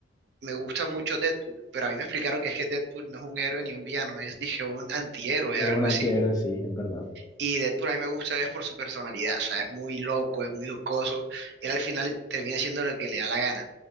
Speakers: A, on the right; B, on the left.
A: me gusta mucho Deadpool, pero a mí me explicaron que es que Deadpool no es un héroe ni un villano, es, dije, un antihéroe,
B: Es
A: algo
B: un antihéroe,
A: así.
B: sí, es verdad.
A: Y Deadpool a mí me gusta es por su personalidad, o sea, es muy loco, es muy jocoso, y él al final termina siendo lo que le da la gana.